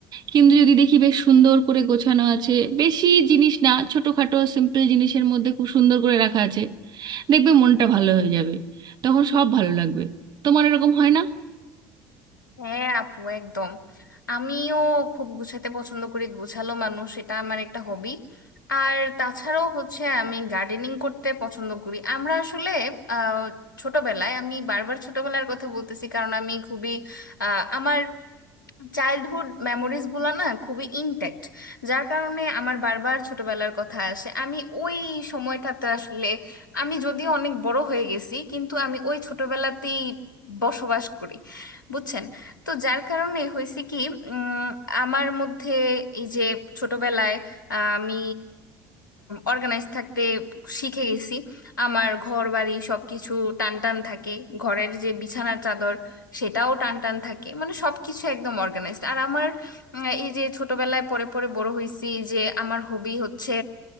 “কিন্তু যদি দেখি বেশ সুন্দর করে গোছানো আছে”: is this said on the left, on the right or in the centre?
Right